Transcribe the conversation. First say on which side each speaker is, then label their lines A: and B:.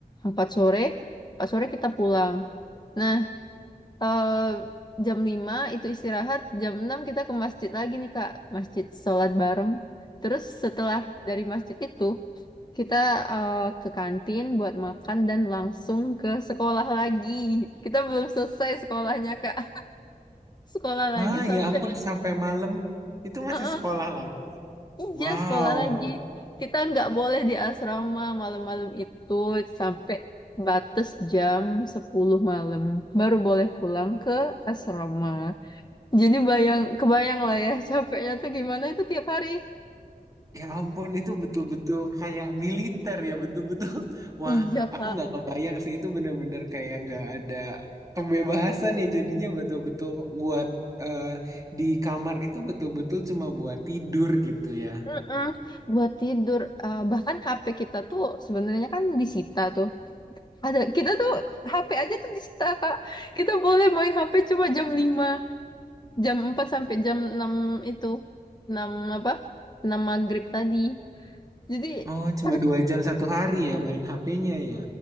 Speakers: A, on the left; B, on the right.
A: 4 sore. empat sore kita pulang. Nah, eh jam 5 itu istirahat, jam 6 kita ke masjid lagi nih Kak, masjid sholat bareng. Terus setelah dari masjid itu kita eh, ke kantin buat makan dan langsung ke sekolah lagi. Kita belum selesai sekolahnya Kak. <laughs> Sekolah lagi
B: Ah,
A: sampai
B: ya ampun sampai malam itu masih
A: <laughs>
B: sekolah lagi.
A: Iya,
B: Wow.
A: sekolah lagi. Kita nggak boleh di asrama malam-malam itu sampai batas jam 10 malam. Baru boleh pulang ke asrama. Jadi bayang, kebayang lah ya <laughs> capeknya tuh gimana itu tiap hari.
B: Ya ampun, itu betul-betul kayak militer ya, betul-betul. <laughs> Wah,
A: Iya,
B: aku
A: Kak.
B: nggak kebayang sih itu bener-bener kayak nggak ada kebebasan ya jadinya betul-betul buat eh, di kamar itu betul-betul cuma buat tidur gitu ya.
A: Mm-mm. Buat tidur. Eh, bahkan HP kita tuh sebenarnya kan disita tuh. Ada, kita tuh HP aja tuh disita, Kak. Kita boleh main HP cuma jam 5. Jam 4 sampai jam 6 itu. enam apa? enam maghrib tadi. Jadi,
B: Oh, cuma
A: aduh,
B: dua jam satu hari ya main HP-nya ya.